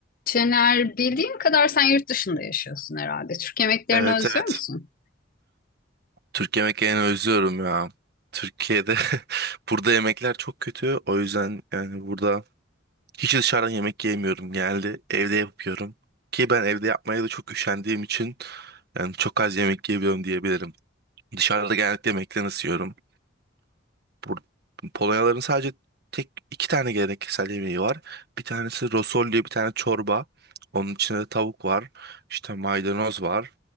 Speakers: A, on the left (about 50°); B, on the right (about 55°).
A: Cener, bildiğim kadar sen yurt dışında yaşıyorsun herhalde. Türk yemeklerini
B: Evet
A: özlüyor
B: evet.
A: musun?
B: Türk yemeklerini özlüyorum ya. Türkiye'de <laughs> burada yemekler çok kötü. O yüzden yani burada hiç dışarıdan yemek yemiyorum. Genelde evde yapıyorum. Ki ben evde yapmaya da çok üşendiğim için yani çok az yemek yiyebiliyorum diyebilirim. Dışarıda genellikle yemekten ısıyorum. Bur Polonyaların sadece tek iki tane geleneksel yemeği var. Bir tanesi rosol diye bir tane çorba. Onun içinde tavuk var. İşte maydanoz var.